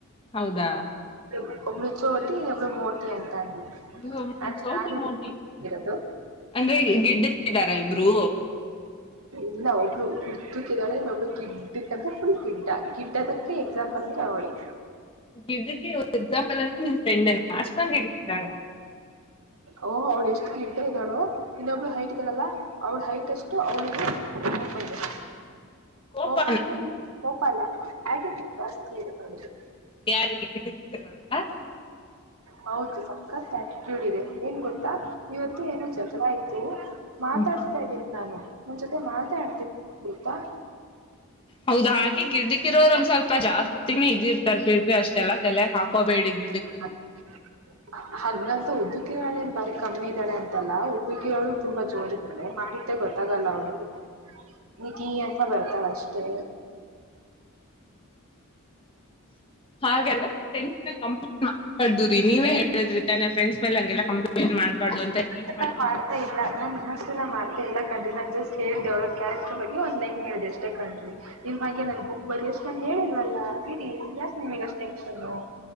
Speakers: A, on the left; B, on the right.
A: ಹೌದಾ.
B: ಒಬ್ಳು ಒಬ್ಳು ಚೋಟಿ ಒಬ್ಳು ಮೋಟಿ ಅಂತ ಅಂದಿದ್ರು. <unintelligible>
A: ಇವ್ಳು ಒಬ್ಳು ಚೋಟಿ ಮೋಟಿ
B: ಇರೋದು.
A: ಅಂದ್ರೆ ಗಿಡ್ಡಕಿದಾರ ಇಬ್ರು.
B: ಇಲ್ಲ ಒಬ್ರು ಉದ್ದುಕಿದಾಳೆ ಇನ್ನ ಒಬ್ಳು ಗಿಡ್ಡಕಂದ್ರೆ ಫುಲ್ ಗಿಡ್ಡ ಗಿಡ್ಡದ ಗಿ ಎಕ್ಸಾಂಪಲ್ ಅಂದ್ರೆ ಅವಳೆ.
A: ಗಿಡ್ಡಕೆ ಒಂದ್ ಎಕ್ಸಾಂಪಲ್ ಅಂದ್ರೆ ನಿನ್ ಫ್ರೆಂಡ್ ಅಲ್ವ ಅಷ್ಟೊಂದು ಗಿಡ್ಡಕಿದಾಳ.
B: ಓಹ್ ಅವ್ಳ ಎಷ್ಟು ಗಿಡ್ಡ ಇದಾಳು. ಇನ್ನೊಬ್ಳು ಹೈಟ್ ಇದಾಳಲ್ಲ ಅವ್ಳ ಹೈಟ್ ಅಷ್ಟು ಅವಳಿಗೆ ಕೋಪ ಇದೆ.
A: ಕೋಪಾನ
B: ಕೋಪ ಅಂದ್ರೆ ನಿಮ್ ಕೋಪ ಅಲ್ಲ ಆಟಿಟ್ಯುಡ ಜಾಸ್ತಿ ಇರುತ್ತೆ ಅವ್ಳಿಗೆ.
A: ಯಾರಿಗೆ. <unintelligible>
B: ಹೌದು ಸಕತ್ ಆಟಿಟ್ಯುಡ್ ಇದೆ ಏನ್ ಗೊತ್ತಾ ಇವತ್ತು ಏನೋ ಜಗಳ ಆಯ್ತು. ಮಾತಾಡ್ತಾ
A: ಹ್ಮ್
B: ಇದ್ದೀನಿ ನಾನು ನನ್ ಜೊತೆ ಮಾತೇ ಆಡ್ತಿರ್ಲಿಲ್ಲ ಗೋತ್ತಾ.
A: ಹೌದ ಹಾಗೆ ಗಿಡ್ಡಕಿರೋರು ಒಂದ್ ಸ್ವಲ್ಪ ಜಾಸ್ತಿ ತಿನೆ ಇದಿರ್ತಾರೆ ಬಿಡ್ರಿ ಅಷ್ಟೆಲ್ಲ ತಲೆಗ್ ಹಾಕೋಬೇಡಿ ಗಿ
B: <unintelligible> ಹಂಗಂತ ಉದ್ದಕಿರಳೇನ್ ಬಾರಿ ಕಮ್ಮಿ ಇದಾಳೆ ಅಂತ ಲ್ಲಾ ಉದ್ದಿಕಿರೊಳು ತುಂಬಾ ಜೋರ ಇದಾಳೆ ಮಾಡಿದ್ದೇ ಗೊತ್ತಾಗಲ್ಲ ಅವ್ಳಿಗೆ. ನಿಧಿ ಅಂತ ಬರ್ತಾಳ ಅಷ್ಟೇ.
A: ಹಾಗೆಲ್ಲ ಫ್ರೆಂಡ್ಸನ ಕಂಪ್ಲೇಂಟ್ ಮಾಡ <unintelligible> ನೀವೇ ಹೇಳಿದ್ರಿ ತಾನೆ ಫ್ರೆಂಡ್ಸ್ ಮೇಲೆ ಹಂಗೆಲ್ಲ ಕಂಪ್ಲೇಂಟ್ ಮಾಡಬಾರದು ಅಂತ. ನೀವೇ
B: ಇಲ್ಲಾ
A: ಮಾಡ್ತಿದ್ದೀರಾ
B: ಮಾಡ್ತಾ ಇಲ್ಲಾ ಎಲ್ಲಾ ನಿವ. ಅಷ್ಟ ನಾ ಮಾಡ್ತಇಲ್ಲಾ ಕಂಡ್ರಿ ನಾನು ಜಸ್ಟ್ ಹೇಳಿದೆ ಅವರ ಕ್ಯಾರೆಕ್ಟರ್ ಬಗ್ಗೆ ಒಂದು ಲೈನ್ ಹೇಳಿದೆ ಅಷ್ಟೇ ಕಣ್ರಿ. ನಿಮ್ಮ ಬಗ್ಗೆ ನಾನ್ ಬುಕ್ಕ ಬರಿ ಅಷ್ಟ ಹೇಳಿಲ್ಲವಲ್ಲ ಬೀಡಿ ಯಾಕ ನಿಮಗೆ ಅಷ್ಟ ಟೆನ್ಷನು.